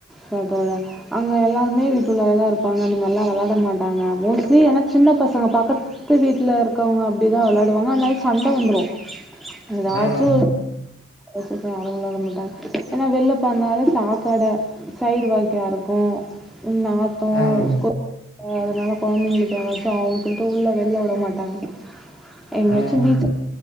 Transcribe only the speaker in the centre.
சாப்பாட்தா அங்க எல்லாருமே வீட்டு உள்ளேதா இருப்பாங்க அந்த மாரிலா வெளையாட மாட்டாங்க மோஸ்ட்லி சின்ன பசங்க பக்கத் த்து வீட்ல இருக்கவுங்க அப்பிடிதா வெள்ளாடுவாங்க அதனால சண்ட வந்துரு எதாச்சு
<unintelligible> யாரு உள்ள வரமாட்டாங்க ஏன்னா வெள் இப்போ அதனால சாக்காட சைடு வாக்கியா இருக்கு நாத்தோ
கொ அ அதனால கொழந்தைங்களுக்கு ஏதாச்சு அவுன் சொல்ட்டு உள்ள வெள்ல உட மாட்டாங்க எங்கயாச்சு
பீச்